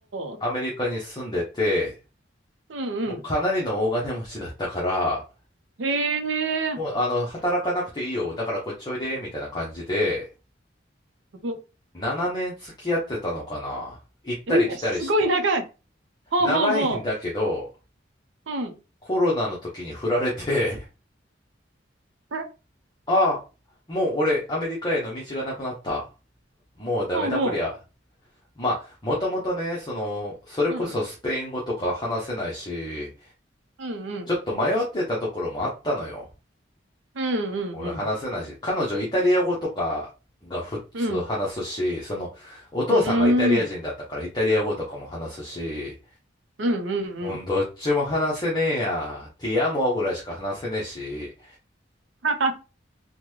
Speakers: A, on the right; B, on the left.
A: お。
B: アメリカに住んでて、
A: うんうん。
B: もうかなりの大金持ちだったから、
A: へえ、
B: もうあの、働かなくていいよ。だからこっちおいで、みたいな感じで、
A: すご、
B: 7年付き合ってたのかな行ったり来たりして。
A: え、すごい長い。ほうほうほ
B: 長いんだけど、
A: う。うん。
B: コロナの時に振られて、
A: え
B: <laughs> ああ、もう俺アメリカへの道がなくなった。もうダメだこりゃ。
A: ほうほ
B: まあ、もともとね、その、それこそスペイン語とか話せないし、
A: う。うん。うんうん。
B: ちょっと迷ってたところもあったのよ。
A: うんうんうん。
B: 俺話せないし、彼女イタリア語とかが普通話すし、
A: うん。
B: その、お父さんがイタリア人だったからイタリア語とかも話すし、
A: うーん。うんうんうん。
B: うん、どっちも話せねえや。ティアモぐらいしか話せねえし、
A: <laughs> はは。